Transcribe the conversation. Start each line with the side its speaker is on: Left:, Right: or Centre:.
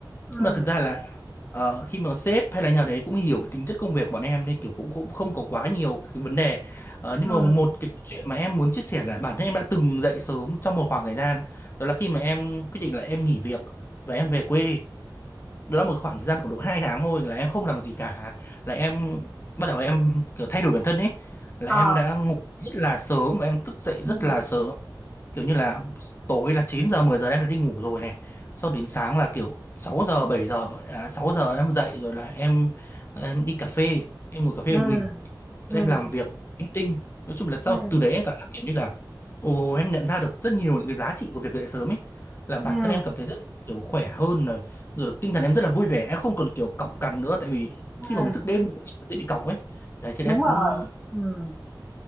Centre: Ừm,
Left: nhưng mà thực ra là ờ, khi mà sếp hay là nhà đấy cũng hiểu cái tính chất công việc của bọn em nên kiểu cũng cũng không có quá nhiều cái vấn đề Ờ, nhưng
Centre: ừm,
Left: mà một cái chuyện mà em muốn chia sẻ là bản thân em đã từng dậy sớm trong một khoảng thời gian đó là khi mà em quyết định là em nghỉ việc và em về quê đó là một khoảng thời gian khoảng độ 2 tháng thôi là em không làm gì cả là em bắt đầu em kiểu thay đổi bản thân ấy là
Centre: ờ,
Left: em đã ngủ rất là sớm và em thức dậy rất
Centre: ừm,
Left: là sớm kiểu như là tối là 9 giờ 10 giờ là em đã đi ngủ rồi này sau đến sáng là kiểu 6 giờ 7 giờ à, 6 giờ em dậy rồi là em em đi cà phê em ngồi cà phê
Centre: ừm,
Left: một mình em
Centre: ừm,
Left: làm việc em tinh nói chung là sau
Centre: ừm,
Left: từ đấy em cảm giác kiểu như là ồ em nhận ra được rất nhiều những cái giá trị của việc dậy sớm ấy là bản
Centre: ừm,
Left: thân em cảm thấy rất kiểu khỏe hơn rồi rồi tinh thần em rất là vui vẻ em không còn kiểu cọc cằn nữa tại vì
Centre: ừm.
Left: khi mà mình thức đêm thì dễ bị cọc ấy đấy thì
Centre: Đúng
Left: em
Centre: rồi,
Left: cũng
Centre: ừm,